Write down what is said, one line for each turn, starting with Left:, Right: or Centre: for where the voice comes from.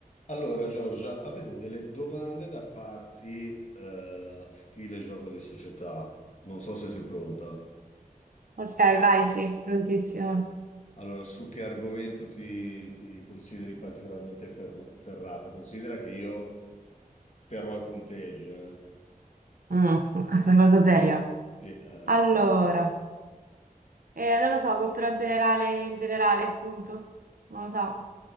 Left: Allora, Giorgia, avevo delle domande da farti, eh, stile gioco di società. Non so se sei pronta.
Right: Ok, vai, sì, prontissimo.
Left: Allora, su che argomento ti, ti consideri particolarmente fer- ferrata? Considera che io terrò i punteggi, eh?
Right: Mm, <laughs> una cosa seria.
Left: Sì, eh,
Right: Allora,
Left: assolutamente.
Right: eh, non lo so, cultura generale in generale, appunto. Non lo so.